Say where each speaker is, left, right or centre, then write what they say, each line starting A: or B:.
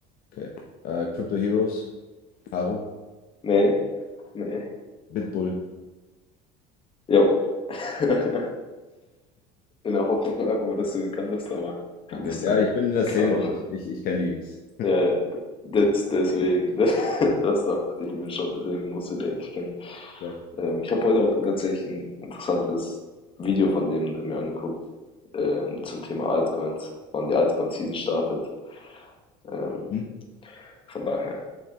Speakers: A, on the left; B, on the left.
A: Okay. Äh, Crypto Heroes, Caro,
B: Ne? Ne.
A: Bitbull.
B: Jo. <laughs> In der Hoffnung einfach mal, dass du ihn kanntest, aber kanntest
A: Okay. Ja,
B: du nicht.
A: ich bin in der Szene,
B: Klar doch.
A: so ich, ich, ich kenne die Jungs.
B: Ja, d- das, deswegen, <laughs> das dachte ich mir schon, deswegen musst du die eigentlich kennen.
A: Geil.
B: Ähm, ich habe heute auch tatsächlich ein interessantes Video von dem mir angeguckt, ähm, zum Thema Altcoins, wann die Altcoin-Season startet. Ähm,
A: Hm?
B: von daher